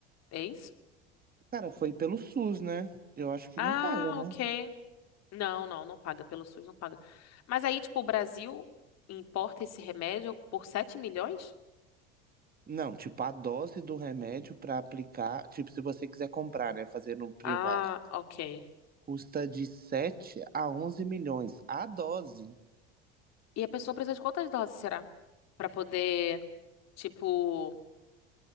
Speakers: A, on the left; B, on the right.
A: É isso?
B: Cara, foi pelo SUS, né? Eu acho que
A: Ah,
B: não paga, né?
A: ok. Não, não, não paga. Pelo SUS não paga. Mas aí, tipo, o Brasil importa esse remédio por 7 milhões?
B: Não, tipo, a dose do remédio para aplicar, tipo, se você quiser comprar, né, fazer no privado,
A: Ah, ok.
B: custa de 7 a 11 milhões a dose.
A: E a pessoa precisa de quantas doses, será? Pra poder, tipo.